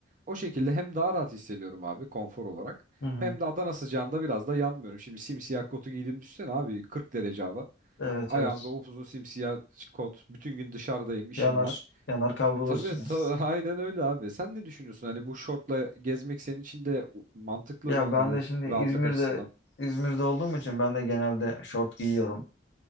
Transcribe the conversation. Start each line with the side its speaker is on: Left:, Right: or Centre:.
Right: O şekilde hem daha rahat hissediyorum abi konfor olarak.
Left: Hı hı.
Right: Hem de Adana sıcağında biraz da yanmıyorum. Şimdi simsiyah kotu giydiğimi düşünsene abi. 40 derece hava.
Left: Evet
Right: Ayağımda
Left: evet.
Right: upuzun simsiyah kot. Bütün gün dışarıdayım, işim
Left: Yanar.
Right: var.
Left: Yanar kavrulursun.
Right: Tabii,
Left: yani.
Right: tabii <laughs> aynen öyle abi. Sen ne düşünüyorsun? Hani bu şortla gezmek senin için de u- mantıklı
Left: Ya
Right: mı?
Left: ben
Right: Hani
Left: de şimdi İzmir'de
Right: rahatlık açısından.
Left: İzmir'de olduğum için ben de genelde şort giyiyorum.